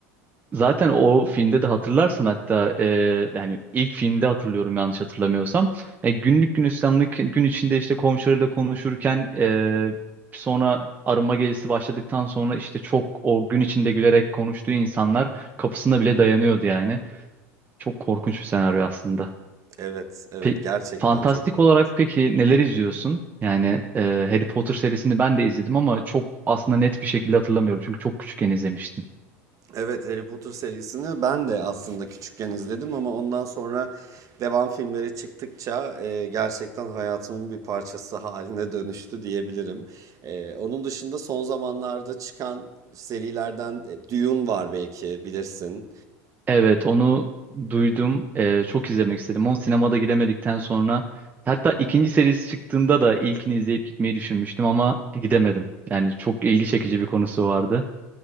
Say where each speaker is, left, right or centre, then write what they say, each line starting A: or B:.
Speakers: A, on the right; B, on the right.
A: Zaten o filmde de hatırlarsan hatta e, yani ilk filmde hatırlıyorum yanlış hatırlamıyorsam. E, günlük günistanlık gün içinde işte komşularıyla konuşurken e, sonra arınma gecesi başladıktan sonra işte çok o gün içinde gülerek konuştuğu insanlar kapısına bile dayanıyordu yani. Çok korkunç bir senaryo aslında.
B: evet evet
A: Pe
B: gerçekten
A: fantastik
B: çok korkunç.
A: olarak peki neler izliyorsun? Yani e, Harry Potter serisini ben de izledim ama çok aslında net bir şekilde hatırlamıyorum. Çünkü çok küçükken izlemiştim.
B: Evet Harry Potter serisini ben de aslında küçükken izledim ama ondan sonra devam filmleri çıktıkça e, gerçekten hayatımın bir parçası haline dönüştü diyebilirim. E, onun dışında son zamanlarda çıkan serilerden e, Dune var belki bilirsin.
A: Evet, onu duydum. Ee, çok izlemek istedim. Onu sinemada gidemedikten sonra hatta ikinci serisi çıktığında da ilkini izleyip gitmeyi düşünmüştüm ama gidemedim. Yani çok ilgi çekici bir konusu vardı.